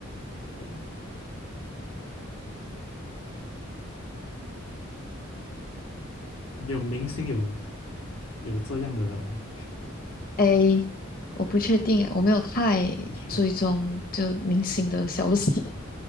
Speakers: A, on the left; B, on the left.
A: 人有明星有有这样的人吗？
B: A，我不确定诶，我没有太追踪就明星的消息。
A: 不确定。